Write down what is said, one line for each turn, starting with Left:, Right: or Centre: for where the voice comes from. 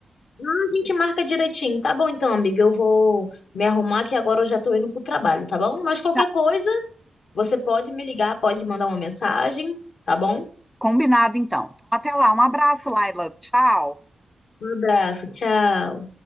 Left: Ah, a gente marca direitinho. Tá bom então, amiga. Eu vou me arrumar que agora eu já tô indo pro trabalho, tá bom? Mas qualquer
Centre: Tá,
Left: coisa, você pode me ligar, pode mandar uma mensagem, tá bom?
Centre: combinado então. Então, até lá, um abraço, Laila, tchau.
Left: Um abraço, tchau.